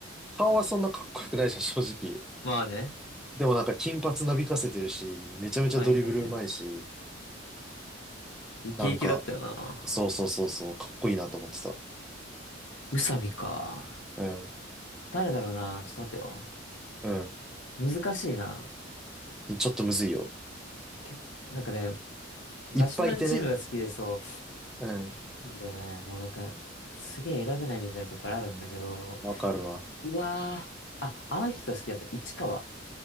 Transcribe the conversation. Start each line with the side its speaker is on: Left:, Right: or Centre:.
Centre: 顔はそんなかっこよくないじゃん、正直。
Left: まあね。
Centre: でもなんか、金髪なびかせてるし、めちゃめちゃドリブルうまいし、
Left: はいはいはい。イケイケだったよな。
Centre: なんか、そうそうそうそう、かっこいいなと思ってた。
Left: 宇佐美か。
Centre: うん。
Left: 誰だろうな。ちょっと待ってよ。
Centre: うん。
Left: 難しいな。
Centre: ちょっとむずいよ。
Left: け、なんかね、ナショナルチームが好きでそう。
Centre: いっぱいいてね。
Left: そ
Centre: うん。
Left: うなんだよね。もうなんか、すげえ選べないみたいなところあるんだけど。
Centre: わかるわ。
Left: うわー。あ、あの人好きだった。市川。